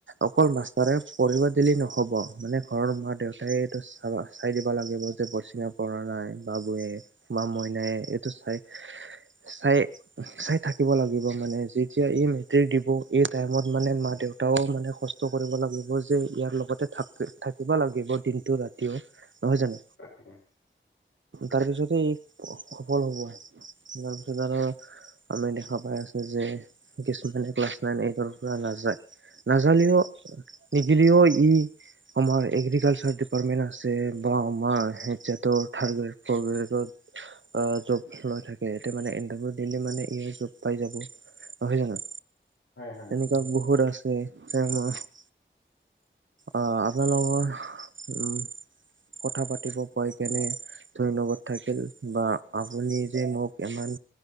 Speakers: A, on the right (about 65°); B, on the left (about 70°).
A: অকল মাষ্টাৰে পঢ়িব দিলি নহ'ব মানে ঘৰৰ মা - দেউতাই এইটো চ চাই দিব লাগিব। তে পাৰ্চী না পৰা নাই বাবুৱে বা মইনায়ে এইটো চাই-চাই চাই থাকিব লাগিব মানে যেতিয়া এই মেট্ৰিক দিব এই টাইমত মানে মা - দেউ এটাও মানে কষ্ট কৰিব লাগিব যে ইয়াৰ লগতে থাক থাকিব লাগিব দিনটো ৰাতিও। নহয় জানো?
B: হয়
A: তাৰ পিছতে সফল হব, তাৰপিছত আৰু আমি দেখা পাই আছোঁ যে কিছুমানে ক্লাছ নাইন এইটৰ পৰা নাযায় নাজানিলেও, নিদিলেও ই অমৰ এগ্ৰিকালচাৰ ডিপাৰ্টমেণ্ট আছে বা আমাৰ <unintelligible> কবেতো আ জব লৈ থাকে এতিয়া মানে ইটাৰভিউ দিলে মানে এই জব পাই যাব। নহয় জানো?
B: হয়, হয়।
A: এনেকুৱা বহুত আছে <unintelligible> আ আপোনালোকৰ উম। কথা পাতিব পাই কিনে ধন্যবাদ থাকিল বা আপুনি যে মোক ইমান